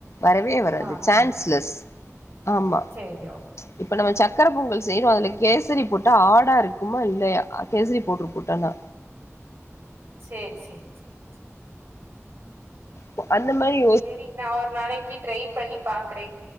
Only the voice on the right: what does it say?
அப்டியா
சேரி ஓக்
சேர் சேர் சேர் சே
சேரி நா ஒரு நாளைக்கி ட்ரை பண்ணி பாக்குறே